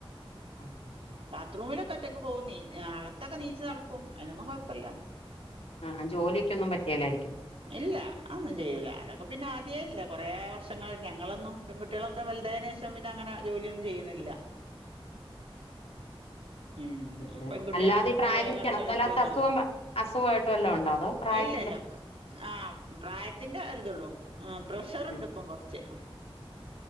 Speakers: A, on the left; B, on the right.
A: <unintelligible>
B: ബാത്റൂമിലൊക്കെ ഒറ്റൊക്ക് പോകും നീ അകത്തൊക്കെ നീച്ചു നടക്കും അതിനൊന്നും കുഴപ്പല്ല.
A: ആഹ് ജോലിക്ക് ഒന്നും പറ്റിയല്ലായിരിക്കും.
B: ഇല്ല അതോന്നും ചെയ്യൂല അതൊക്കെ പിന്നെ ആദ്യമേ ഇല്ല കുറേ വർഷങ്ങളായി ഞങ്ങളൊന്നും. പെൺകുട്ട്യാളൊക്കെ വലുതായതിന് ശേഷം പിന്നെ അങ്ങനെ ജോലി ഒന്നും ചെയ്യണില്ല. ഉം
A: ഉം.
B: പെൺകുട്ട്യോൾ
A: അല്ലാതെ
B: ആവുമ്പോ അമ്മള്
A: ഈ പ്രായത്തിന്റെ
B: വേഗം അടുക്കളേ
A: അല്ലാതെ
B: കേറൊല്ലോ.
A: അസുഖം അസുഖമായിട്ട് വല്ലോം ഉണ്ടോ അതോ പ്രായത്തിന്റെ
B: ഇല്ലല്ല ആഹ് പ്രായത്തിന്റെ ഒരുതുള്ളൂ. ആഹ് പ്രഷറ്ണ്ട്
A: ഉം
B: ഇപ്പം കൊറച്ച്